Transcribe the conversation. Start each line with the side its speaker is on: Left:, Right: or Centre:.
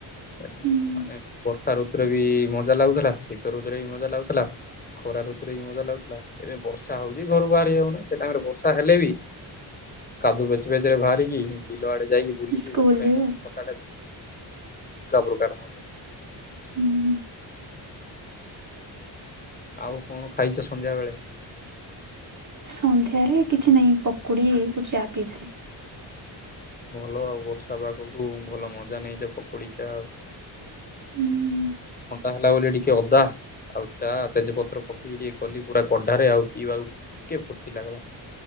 Left: <inaudible>
Right: ହୁଁ
Left: ମାନେ ବର୍ଷା ଋତୁରେ ବି ମଜା ଲାଗୁଥିଲା, ଶୀତ ଋତୁରେ ବି ମଜା ଲାଗୁଥିଲା। ଖରା ଋତୁରେ ବି ମଜା ଲାଗୁଥିଲା, ଏବେ ବର୍ଷା ହଉଛି, ଘରୁ ବାହାରି ହଉନି, ସେ ଟାଇମ୍ ରେ ବର୍ଷା ହେଲେ ବି କାଦୁ ପେଚ୍ ପେଚ୍ ରେ ବାହାରିକି ବିଲ ଆଡେ ଯାଇକି ବୁଲିକି
Right: ସ୍କୁଲରେ
Left: <inaudible> <inaudible> ଅଲଗା ପ୍ରକାର <inaudible>
Right: ହୁଁ।
Left: ଆଉ କଣ ଖାଇଛ ସନ୍ଧ୍ୟା ବେଳେ?
Right: ସନ୍ଧ୍ୟାରେ କିଛି ନାଇଁ ପକୁଡି କୁ ଚା ପିଇଥିଲି।
Left: ଭଲ ଆଉ ବର୍ଷା ପାାଗକୁ ଭଲ ମଜା ନେଇଚ ପକୁଡି ଚା ଆଉ।
Right: ହୁଁ
Left: ଥଣ୍ଡା ହେଲା ବୋଲି ଟିକେ ଅଦା ଆଉ ଚା ତେଜପତ୍ର ପକେଇକି ଟିକେ କଲି ପୁରା କଢାରେ ଆଉ ପିଇବାକୁ ଟି କେ ଫୁର୍ତ୍ତି ଲାଗିଲା